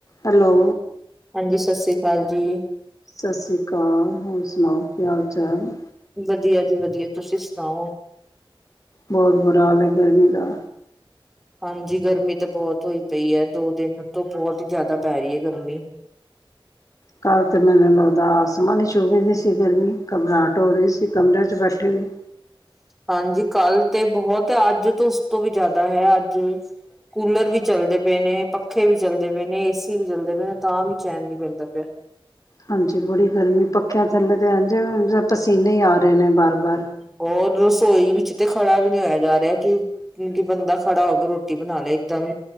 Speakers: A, on the left; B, in the centre.
A: Hello.
B: ਹਾਂਜੀ ਸਤਿ ਸ੍ਰੀ ਅਕਾਲ ਜੀ।
A: ਸਤਿ ਸ੍ਰੀ ਅਕਾਲ, ਹੋਰ ਸੁਣਾਓ ਕੀ ਹਾਲ- ਚਾਲ।
B: ਵਧੀਆ ਜੀ ਵਧੀਆ, ਤੁਸੀਂ ਸੁਣਾਓ।
A: ਬਹੁਤ ਬੁਰਾ ਹਾਲ ਏ ਗਰਮੀ ਦਾ।
B: ਹਾਂਜੀ ਗਰਮੀ ਤਾਂ ਬਹੁਤ ਹੋਈ ਪਈ ਹੈ, ਦੋ ਦਿਨ ਤੋਂ ਬਹੁਤ ਹੀ ਜ਼ਿਆਦਾ ਪੈ ਰਹੀ ਹੈ ਗਰਮੀ।
A: ਕੱਲ ਤੇ ਮੈਨੂੰ ਲੱਗਦਾ ਆਸਮਾਨ ਨੂੰ ਛੂ ਗਈ ਸੀ ਗਰਮੀ, ਘਬਰਾਹਟ ਹੋ ਰਹੀ ਸੀ। ਕਿ ਕਮਰਿਆਂ 'ਚ ਬੈਠੇ ਵੀ
B: ਹਾਂਜੀ, ਕੱਲ੍ਹ ਤੇ ਬਹੁਤ ਅੱਜ ਤੋਂ ਉਸ ਤੋਂ ਵੀ ਜ਼ਿਆਦਾ ਹੈ ਅੱਜ ਕੂਲਰ ਵੀ ਚੱਲਦੇ ਪਏ ਨੇ, ਪੱਖੇ ਵੀ ਚੱਲਦੇ ਪਏ ਨੇ, ਏਸੀ ਵੀ ਚੱਲਦੇ ਪਏ ਨੇ, ਤਾਂ ਵੀ ਚੈਨ ਨਹੀਂ ਪੈਂਦਾ ਪਿਆ।
A: ਹਾਂਜੀ, ਬੜੀ ਗਰਮੀ ਪੱਖਿਆਂ ਥੱਲੇ ਤਾਂ ਐਂਜ, ਪਸੀਨੇ ਹੀ ਆ ਰਹੇ ਨੇ ਬਾਰ-ਬਾਰ।
B: ਹੋਰ ਰਸੋਈ ਵਿੱਚ ਤੇ ਖੜਾ ਵੀ ਨਹੀਂ ਹੋਇਆ ਜਾ ਰਿਹਾ, ਕਿ ਕਿਉਕਿ ਬੰਦਾ ਖੜਾ ਹੋ ਕੇ ਰੋਟੀ ਬਣਾ ਲਏ ਇੱਕਦਮ,